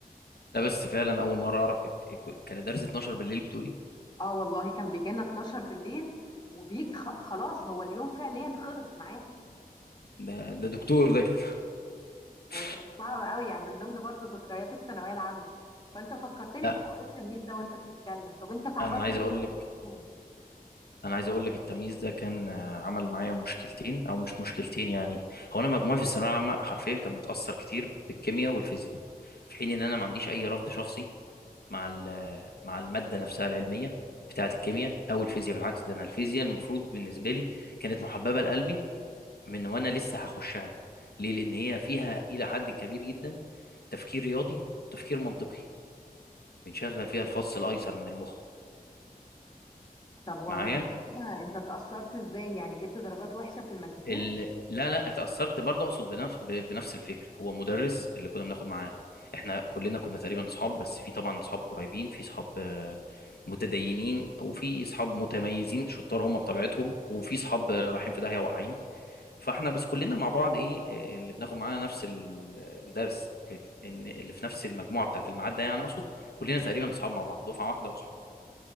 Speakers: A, on the left; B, on the left.
A: لا بس فعلا اول مره اعرف إت- كان الدرس 12 بالليل بتقولي
B: اه والله كان بيجي لنا 12 بالليل وبيجي خ- خلاص هو اليوم فعليا خلص معاه
A: ده ده دكتور ده كده <laughs>
B: آه، كان صعب قوي يعني من ضمن برضه ذكريات الثانويه العامه فانت فكرتني
A: لا
B: بحوار التمييز ده وانت بتتكلم طب انت تعرضت
A: انا عايز
B: لمواقف
A: اقول لك
B: ايه تاني
A: انا عايز اقول لك التمييز ده كان آه، عمل معايا مشكلتين او مش مشكلتين يعني هو انا مجموعي في الثانويه العامه حرفيا كان متاثر كتير بالكيمياء والفيزياء في حين ان انا ما عنديش اي رفض شخصي مع ال- مع الماده نفسها العلميه بتاعه الكيمياء او الفيزياء بالعكس ده انا الفيزياء المفروض بالنسبه لي كانت محببه لقلبي من وانا لسه هخشها ليه لان هي فيها الى حد كبير جدا تفكير رياضي تفكير منطقي بنشغل فيها الفص الايسر من المخ
B: طب وما
A: معايا
B: هي كده انت اتأثرت ازاي يعني جبت درجات وحشه في المادتين
A: ال... لا لا اتأثرت برضه اقصد بنف... ب- بنفس الفكرة هو مدرس اللي كنا بناخد معاه احنا كلنا كنا تقريبا صحاب بس في طبعا صحاب قريبين في صحاب آه، متدينين وفي صحاب متميزين شطار هم بطبيعتهم وفي صحاب آه، رايحين في داهية واقعين فاحنا بس كلنا مع بعض ايه آه، اللي بناخد معانا نفس ال- الدرس آه، ان اللي في نفس المجموعة بتاعة الميعاد ده يعني اقصد كلنا تقريبا صحاب مع بعض دفعة واحدة وصحاب